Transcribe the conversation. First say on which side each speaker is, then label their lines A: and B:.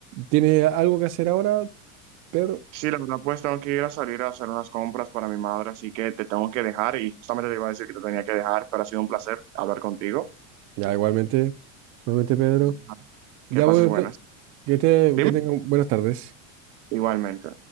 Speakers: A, on the right; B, on the right.
A: tiene algo que hacer ahora, Pedro.
B: Sí, la verdad, pues tengo que ir a salir a hacer unas compras para mi madre, así que te tengo que dejar y justamente te iba a decir que te tenía que dejar, pero ha sido un placer hablar contigo.
A: Ya, igualmente, igualmente, Pedro.
B: Ujú.
A: Ya,
B: Que pases
A: bueno,
B: buenas.
A: ento- que, te,
B: Dime.
A: que tengan buenas tardes.
B: Igualmente.